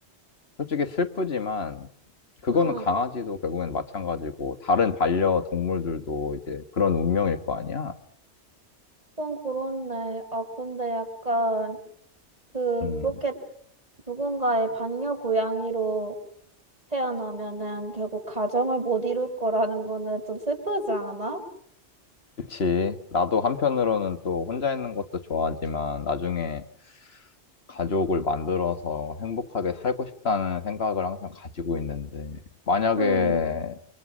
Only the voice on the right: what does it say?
응,
그건 그렇네. 아, 근데 약간, 그,
그렇게 누군가의 반려 고양이로 태어나면은 결국 가정을 못 이룰 거라는 거는 좀 슬프지 않아?
응,